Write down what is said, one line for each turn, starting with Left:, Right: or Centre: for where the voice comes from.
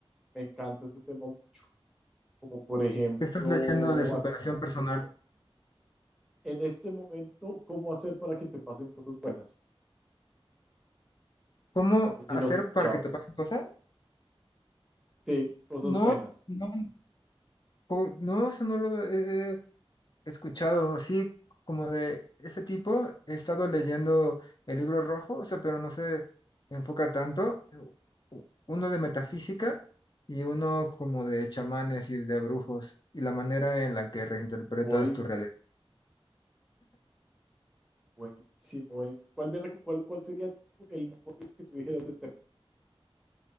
Centre: Me encanta este tema mucho. Como por ejemplo,
Left: ¿Qué estás leyendo de superación
Centre: a-
Left: personal?
Centre: en este momento, ¿cómo hacer para que te pasen cosas buenas?
Left: ¿Cómo
Centre: No sé si
Left: hacer
Centre: lo has escuchado.
Left: para que te pasen cosas?
Centre: Sí, cosas
Left: No,
Centre: buenas.
Left: no, po- no, eso no lo he he escuchado. Así como de ese tipo, he estado leyendo el libro rojo, o sea, pero no se enfoca tanto. U- u- Uno de metafísica y uno como de chamanes y de brujos y la manera en la que reinterpretas
Centre: Hoy
Left: tu realidad.
Centre: Buenísimo. buenísimo. ¿Cuál, de recu- cuál, cuál sería tu- el mejor libro que tú dijeras de este tema?